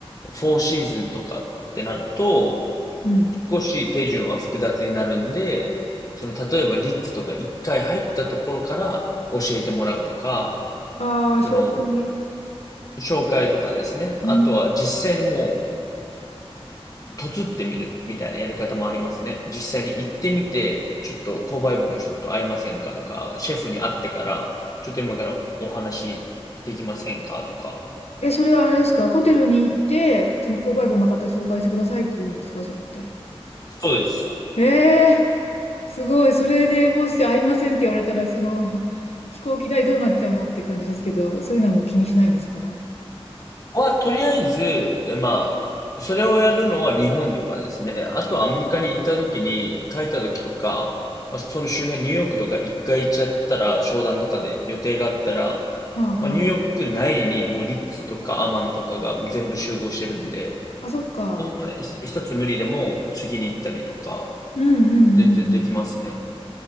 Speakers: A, on the left (about 35°); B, on the left (about 80°).
A: フォーシーズンとかってなると、
B: うん。
A: 少し手順は複雑になるんで、その、例えばリッツとか一回入ったところから教えてもらうとか、
B: ああ、
A: その、
B: 紹介。
A: 紹介とかですね。あとは実際にもう、
B: うん
A: とつってみるみたいなやり方もありますね。実際に行ってみて、ちょっと購買部の人と会えませんかとか、シェフに会ってから、ちょっと今からお話できませんかとか。
B: え、それはあれですかホテルに行って、その購買部の方紹介してくださいって言うんですかそれって。
A: そうです。
B: へえすごい。それでもし会いませんって言われたら、その、<laughs> 飛行機代どうなっちゃうのって感じですけど、そういうのはもう気にしないんですかは
A: は、とりあえず、えまあ、それをやるのは日本とかですね。あとはアメリカに行った時に、帰った時とか、まあ、その周辺、ニューヨークとか一回行っちゃったら、商談とかで予定があったら、
B: あはあ。
A: まあ、ニューヨーク内にもうリッツとかアマンとかが全部集合してるんで、
B: あ、そっか。
A: そんな一一つ無理でも次に行ったりとか、
B: うんうんうんうん。
A: 全然できますね。